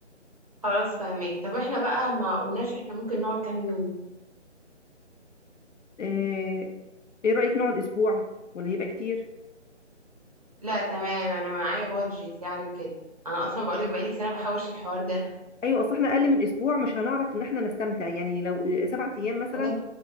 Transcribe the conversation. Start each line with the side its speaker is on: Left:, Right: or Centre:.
Right: خلاص فهماك طب احنا بقى ما قلناش احنا ممكن نقعد كام يوم
Left: آه، ايه رايك نقعد اسبوع ولا هيبقى كتير
Right: لا تمام انا معايا بادجت يعني كده انا اصلا بقولك بقالي سنه بحوش الحوار ده
Left: ايوه اصل احنا اقل من اسبوع مش هنعرف ان احنا نستمتع يعني لو سبعة ايام مثلا
Right: عشان